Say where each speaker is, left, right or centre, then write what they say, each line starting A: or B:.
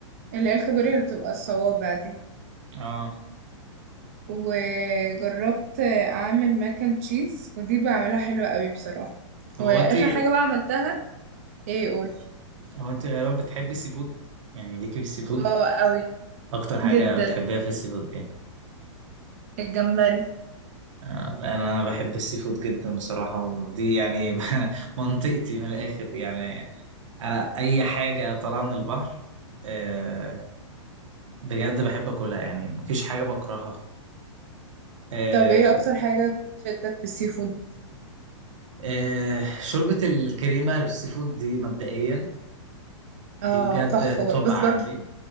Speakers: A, on the right; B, on the right.
A: اللي هي الكابوريا اللي بتبقى الصوابع دي
B: اه
A: وجربت اعمل ماك اند تشيز ودي بعملها حلوة قوي بصراحة
B: طب
A: واخر
B: هو انتي
A: حاجة بقى عملتها ايه قول
B: هو انتي غالبا بتحبي السي فود يعني ليكي في السي فود
A: اه قوي
B: اكتر حاجة
A: جدا
B: بتحبيها في السي فود ايه
A: الجمبري
B: آه، انا انا بحب السي فود جدا بصراحه ودي يعني <laughs> منطقتي من الاخر يعني انا اي حاجه طالعه من البحر آه، بجد بحب اكلها يعني مفيش حاجه بكرهها آه،
A: طب ايه اكتر حاجة بتشدك في السي فود
B: آه، شوربه الكريمه بالسي فود دي مبدئيا
A: اه
B: دي بجد
A: تحفة بر-
B: توب
A: بس برضه
B: عندي